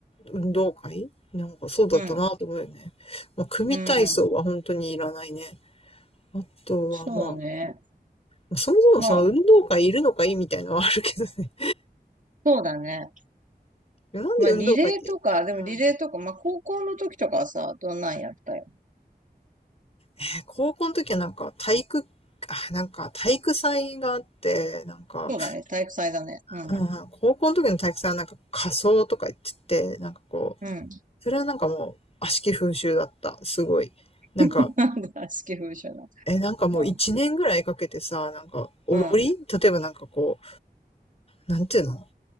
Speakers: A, on the left (about 40°); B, on the right (about 50°).
A: 運動会なんかそうだったなと思うよね。
B: うん、
A: まあ、組体操は本当にいらないね。
B: うん、
A: あとはま
B: そうね。
A: あ、そもそもその運動会いるのかいみたいなのはあるけどね。
B: まあ、そうだね。
A: <laughs> なんで運動会って、
B: まあ、リレーとか、でもリレーとか、
A: うん。
B: まあ、高校の時とかはさ、どんなんやったよ。
A: えー高校の時はなんか体育、あ、なんか体育祭があって、なんか、
B: そうだね、体育祭だね。うん、
A: うん、高校の時の体育祭はなんか仮装とか言ってて、なんかこう、
B: うん。
A: それはなんかもう悪しき風習だった。すごい。
B: <laughs>
A: なんか
B: なんだ、悪しき風習な。
A: え、なんかもう一年ぐらいかけてさ、
B: あ、
A: なんか踊り例えばなんかこ
B: うん、
A: う、なんていうの